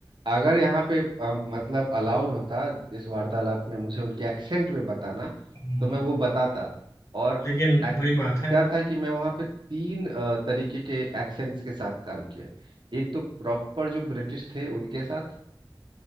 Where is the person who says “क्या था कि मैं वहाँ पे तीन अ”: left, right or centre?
Right